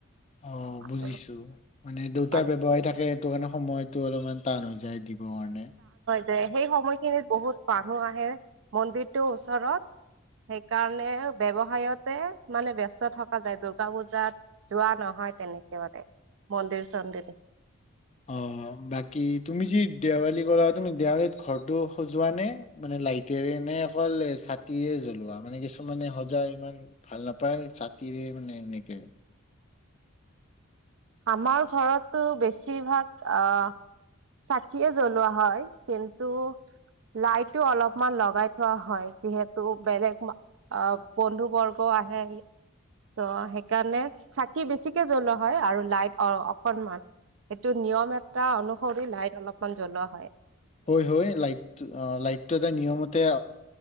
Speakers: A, on the left; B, on the right.
A: অ বুজিছো
B: আৰু
A: মানে দুয়তাৰ
B: হয়।
A: ব্যৱসায় থাকে সেইটো কাৰণে সময়তো অলপমান টান হৈ যায় দিব হয় নে
B: যে সেই সময়খিনিত বহুত মানুহ আহে মন্দিৰটো ওচৰত সেইকাৰণে ব্যৱসায়তো মানে ব্যস্ত থকা যায় দূৰ্গা পূজাত যোৱা নহয় তেনেকৈ মানে মন্দিৰ চন্দিৰ
A: অ বাকী তুমি যি দেৱালী কৰা তুমি দেৱালীত ঘৰটো সজোৱা নে মানে লাইটেৰে নে অকল ছাকিয়ে জ্বলোৱা এনে মানে কিছুমানে সজাই ইমান ভাল নাপায় ছাকিৰে মানে এনেকে
B: আমাৰ ঘৰতটো বেছিভাগ আঁহ চাকিয়ে জ্বলোৱা হয় কিন্তু লাইটো অলপমান লগাই থোৱা হয় যিহেতু বেলেগ অ বন্ধু বৰ্গ আহে ত সেইকাৰণে চাকি বেছিকে জ্বলোৱা হয় আৰু লাইট অঁ অকনমান সেইটো নিয়ম এ টা অনুসৰি লাইট অলপমান জ্বলোৱা হয়
A: হয় হয় লাইট অঁ লাইটটো এটা নিয়মতে